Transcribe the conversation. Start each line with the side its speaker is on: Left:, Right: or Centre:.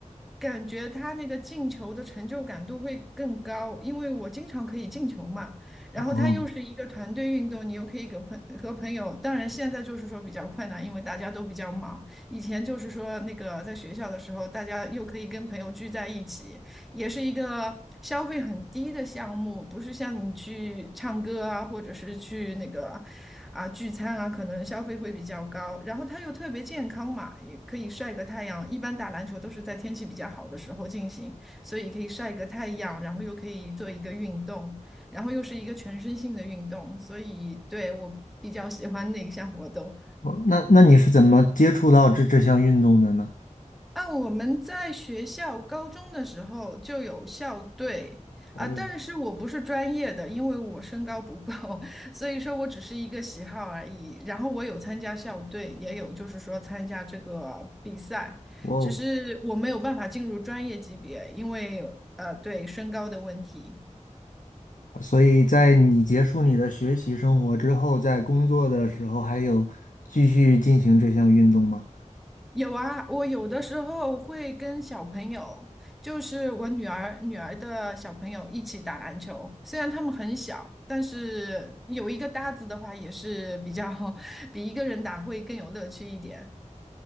Centre: 感觉它那个进球的成就感度会更高，因为我经常可以进球嘛。然后它又是一个团队运动，
Left: 哦，
Centre: 你又可以跟朋和朋友。当然，现在就是说比较困难，因为大家都比较忙。以前就是说那个在学校的时候，大家又可以跟朋友聚在一起，也是一个消费很低的项目，不是像你去唱歌啊，或者是去那个啊聚餐啊，可能消费会比较高。然后它又特别健康嘛，也可以晒个太阳。一般打篮球都是在天气比较好的时候进行，所以可以晒个太阳，然后又可以做一个运动。然后又是一个全身性的运动，所以对我比较喜欢那一项活动。
Left: 哦那那你是怎么接触到这这项运动的呢？
Centre: 啊，我们在学校高中的时候就有校队啊，
Left: 哦，
Centre: 但是我不是专业的，因为我身高不够，<laughs> 所以说我只是一个喜好而已。然后我有参加校队，也有就是说参加这个比赛，
Left: 哇哦。
Centre: 只是我没有办法进入专业级别，因为呃，对身高的问题。
Left: 所以在你结束你的学习生活之后，在工作的时候还有继续进行这项运动吗？
Centre: 有啊，我有的时候会跟小朋友，就是我女儿女儿的小朋友一起打篮球。虽然他们很小，但是有一个搭子的话，也是比较 <laughs> 比一个人打会更有乐趣一点。